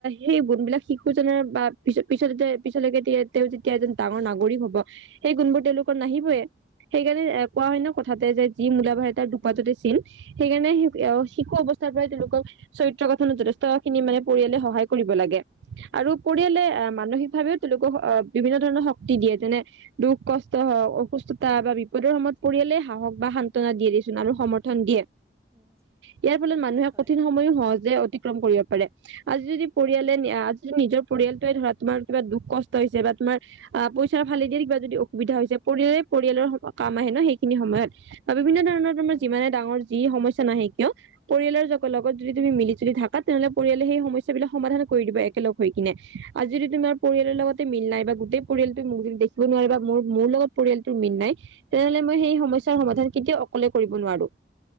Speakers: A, on the right; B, on the right.
A: সেই
B: উম
A: গুণ বিলাক শিশুজনৰ বা পি পিছ পিছলৈকেতিয়া তেওঁ যেতিয়া এজন ডাঙৰ ন ৰি হব সেই গুণবোৰ তেওঁলোকৰ নাহিবয়ে সেইকাৰণে কোৱা হয় ন কথাতে যে যি মূলা বা তাৰ দুপাততে চিন সেইকাৰণে
B: উম
A: শিশু অৱস্থাৰ পৰা তেওঁলোকক চৰিত্ৰ গথনত যথেষ্ট খিনি মানে পৰিয়ালে সহায় কৰিব লাগে আৰু পৰিয়ালে
B: উম
A: মানসিকভাৱেও
B: হয়
A: তেওঁলোকক আহ বিভিন্ন ধৰণৰ শক্তি দিয়ে যেনে দুখ কষ্ট হওক অসুস্থতা বা বিপদৰ সময়ত পৰিয়ালেই সাহস বা সান্তনা দিয়ে আৰু সমৰ্থন দিয়ে
B: উম
A: ইয়াৰ ফলত মানুহে
B: হয়
A: কঠিন সময়ো সহজে অতিক্ৰম কৰিব পাৰে আজি যদি পৰিয়ালে আজি যদি নিজৰ পৰিয়ালটোৱে ধৰা তোমাৰ কিবা দুখ কষ্ট হৈছে বা তোমাৰ অ', পইচা ফালে দিয় কিবা যদি অসুবিধা হৈছে পৰিয় পৰিয়ালৰ কাম আহে ন সেইখিনি সময়ত বিভিন্ন ধৰণৰ তোমাৰ
B: হয়
A: যিমানে
B: হয়
A: ডাঙৰ যি সমস্য নাহে কিয় পৰিয়ালৰ লগত যদি তুমি মিলিুলি থাকা তেনেহ'লে পৰিয়ালে সেই সমস্যাাবলাক সমাধান কৰি দিব এক একেলগ হৈ কিনে আজি যদি তোমাৰ পৰিয়ালৰ
B: উম
A: লগতে মিল নাই বা গোটেই পৰিয়ালটো মোক যদি দেখিব নোৱাৰে বা মোৰ মোৰ লগত পৰিয়ালটোৰ মিল নাই তেনেহলে সেই সমস্যাৰ
B: হয় হয়
A: সমাধান কেতিয়াও অকলে কৰিব নোৱাৰো